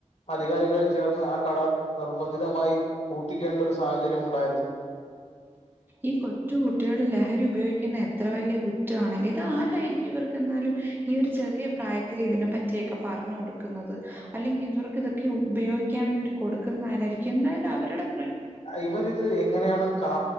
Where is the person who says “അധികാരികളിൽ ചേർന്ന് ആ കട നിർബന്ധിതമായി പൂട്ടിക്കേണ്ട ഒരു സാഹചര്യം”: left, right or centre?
Left